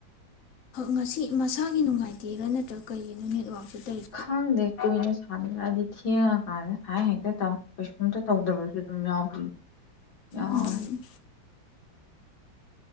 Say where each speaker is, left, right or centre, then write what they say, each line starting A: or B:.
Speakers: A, on the left; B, on the left.
A: ꯉꯁꯤ ꯃꯁꯥꯒꯤ ꯅꯨꯡꯉꯥꯏꯇꯦꯔꯥ ꯅꯠꯇ꯭ꯔꯒ ꯀꯩꯒꯤꯅꯣ ꯅꯦꯠꯋꯥꯛꯁ ꯇꯧꯔꯤ
B: ꯈꯪꯗꯦꯨ ꯏ ꯁꯗꯤ ꯊꯤ ꯀꯥ ꯊꯦ ꯄꯩ ꯇꯧꯗꯕꯁꯨ ꯑꯗꯨꯝ ꯌꯥꯎꯈꯤ ꯌꯥꯎꯋꯦ
A: ꯎꯝ ꯎꯝ